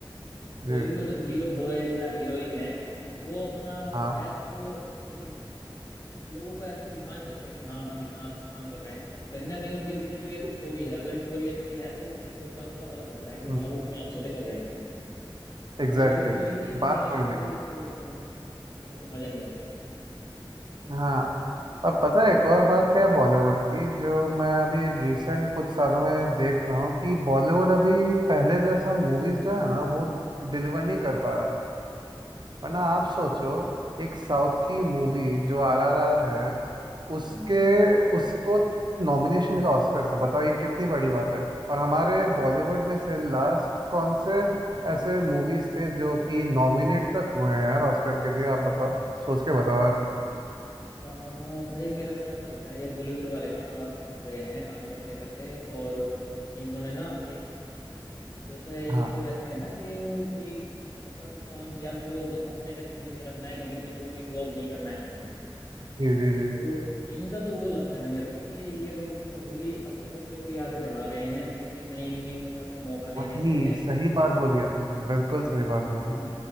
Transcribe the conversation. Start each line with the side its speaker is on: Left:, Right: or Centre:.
Right: जी
Left: कोई भी मतलब हीरो होए या हीरोइन है वो अपना
Right: हाँ
Left: बेस्ट मतलब लोगों को ऐसे दिखा नहीं सकते कि हाँ हम इतना अच्छा काम कर रहे हैं कहीं ना कहीं उनके पीछे जो एक
Right: जी
Left: स्टोरी है अगर स्टोरी अच्छी है तो कहीं उसका उनका पता चलता है कि
Right: जी
Left: हाँ वो कितना अच्छे से कर रहे हैं
Right: एग्जैक्टली
Left: और अगर स्टोरी ही अच्छी
Right: बात
Left: नहीं
Right: वही
Left: होगी
Right: है
Left: तो देन उसमें तो फिर मजा नहीं आएगा
Right: हाँ और पता है एक और बात क्या है बॉलीवुड की जो मैं अभी रिसेंट कुछ सालों में देख रहा हूँ कि बॉलीवुड अभी पहले जैसा मूवीज जो है ना वो डिलीवर नहीं कर पा रहा वरना आप सोचो एक साउथ की मूवी जो आरआरआर है उसके
Left: हम्म
Right: उसको नॉमिनेशन मिला ऑस्कर से बताओ ये कितनी बड़ी बात है और हमारे बॉलीवुड में से लास्ट कौन से ऐसे मूवीज थे जो कि नॉमिनेट तक हुए हैं यार ऑस्कर के लिए आप बताओ सोच के बताओ यार
Left: अ, भाई मेरे को ना ऐसा लगता है ये बॉलीवुड वाले ना अब थक गए हैं काम करते करते और इन्होंने ना एक जैसे
Right: हाँ
Left: एक रहता है ना कि कोई अपना कुछ काम किया शुरू और बस अपने तक ही सीमित रखना है कभी दूसरों को इन्वॉल्व नहीं करना है उसमें
Right: जी जी जी
Left: तो इनका तो वो लगता है मेरे को कि ये लोग कभी भी अपने बच्चों को ही आगे बढ़ा रहे हैं किसी नई न्यू कुमार को मौका नहीं
Right: वही
Left: देते हैं
Right: सही बात बोली आपने बिल्कुल सही बात बोली
Left: है ना